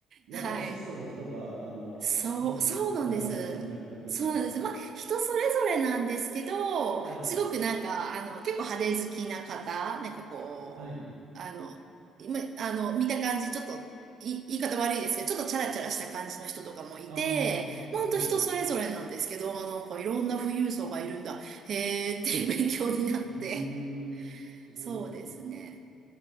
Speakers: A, on the right; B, on the right.
A: やっぱ質素な人が、
B: はい。
A: あの、
B: そう、
A: <laughs> なんかお金持ちになるというか。
B: そうなんです。そうなんです。まあ、人それぞれなんですけど、
A: はい、
B: すごくなんか、あの、結構派手好きな方、なんかこう、
A: はい。
B: あの、今、あの、見た感じ、ちょっと、い、言い方悪いですけど、ちょっとチャラチャラした感じの人とかもいて、
A: ああ、
B: まあ、ほんと人それぞれなんですけど、
A: はい。う
B: なんかいろんな富裕層がいるんだ。へーっていう <laughs> 勉強になって。
A: ーん、すごいですね。
B: そうですね。